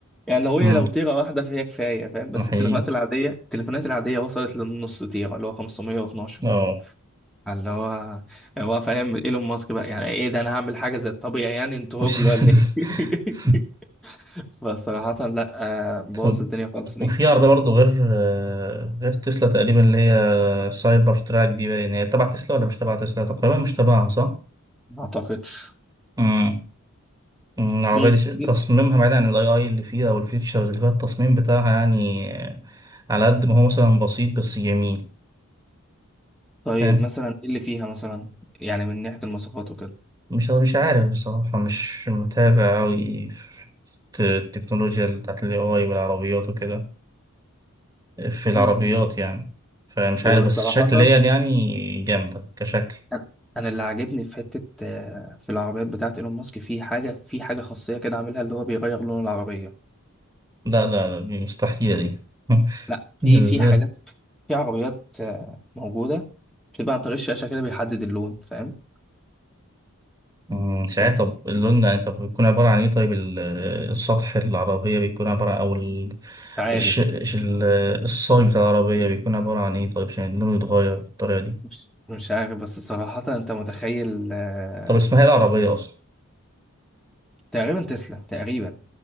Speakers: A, in the centre; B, on the right.
A: يعني لو هي
B: امم
A: لو تيرة واحدة فهي كفاية فاهم بس
B: ده حقيقي
A: التليفونات العادية التليفونات العادية وصلت للنص تيرة اللي هو 512
B: اه
A: اللي هو هو فاهم ايلون ماسك بقى يعني ايه ده انا هعمل حاجة زي الطبيعي يعني انتوا
B: <laughs>
A: هبل ولا ايه <laughs> فصراحة لا آه، بوظ
B: طب
A: الدنيا خالص دي
B: وفي عربية برضه غير آه، غير تسلا تقريبا اللي هي سايبر تراك دي باين هي تبع تسلا ولا مش تبع تسلا تقريبا مش تبعها صح؟
A: ما اعتقدش
B: امم العربية
A: دي
B: دي ش- تصميمها
A: دي-
B: بعيد عن الاي اي اللي فيها او الفيتشرز اللي فيها التصميم بتاعها يعني آه، على قد ما هو مثلا بسيط بس جميل
A: طيب
B: فاهم؟
A: مثلا ايه اللي فيها مثلا يعني من ناحية المواصفات وكده
B: مش مش عارف بصراحة مش متابع أوي في الت- التكنولوجيا بتاعت ال AI والعربيات وكده في
A: مم.
B: العربيات يعني فمش
A: هو
B: عارف
A: لا
B: بس
A: صراحة
B: شكليا يعني جامدة كشكل
A: انا أنا اللي عاجبني في حته آه، في العربيات بتاعت ايلون ماسك في حاجه في حاجه خاصيه كده عاملها اللي هو بيغير لون العربيه
B: لا لا دي مستحيلة دي <laughs>
A: لا في
B: ازاي
A: في حاجات في عربيات آه، موجوده بتبقى عن طريق الشاشه كده بيحدد اللون فاهم
B: مم، مش
A: فأنت
B: عارف طب اللون يعني طب بيكون عبارة عن ايه طيب ال- السطح العربية بيكون عبارة أو ال-
A: مش عارف
B: الش... الش- ال- الصاج بتاع العربية بيكون عبارة عن ايه طيب عشان اللون يتغير بالطريقة دي
A: مش مش عارف بس صراحه انت متخيل آه،
B: طب اسمها ايه العربية أصلا؟
A: تقريبا تسلا تقريبا